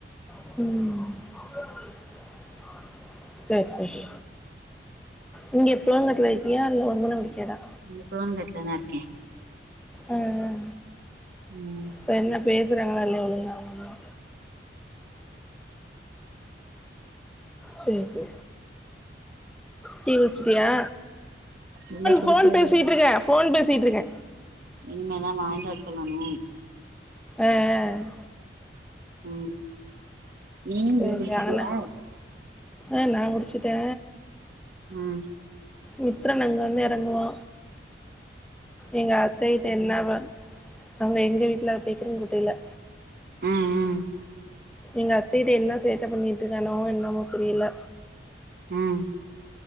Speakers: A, in the centre; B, on the right (about 55°).
A: ம் செர் செரி நீங்க புளங்கட்ல இருக்கியா இல்ல ஒரு தனகுடிகேடா
B: இங்க புளங்கட்ல தா இருக்க
A: அ அ
B: ம்
A: இப்ப என்ன பேசுறாங்ளா இல்லயா ஒழுங்கா அம்மா சொல்லுச்சு டீ குடிச்ட்டியா
B: இல்ல குடிக்கவில்லை
A: போன் பேசிட்டு இருக்க
B: இனிம தா வாங்ட் வர சொல்லணு
A: அ அ
B: ம் நீ
A: சேரி
B: நீ குடிச்சிட்டியா
A: சேரி அங்கன அ நா முடுச்சுட்டே
B: ம்
A: மித்ரன் அங்க வந்து எறங்குவா எங்க அத்தைட்ட என்னவா அவுங்க எங்க வீட்ல பேக்றிங் கொட்ட இல்ல
B: ஆ ஆ
A: எங்க அத்தைட்ட என்ன சேட்ட பண்ணிட்டு இருக்கானோ என்னமோ தெரில
B: ம்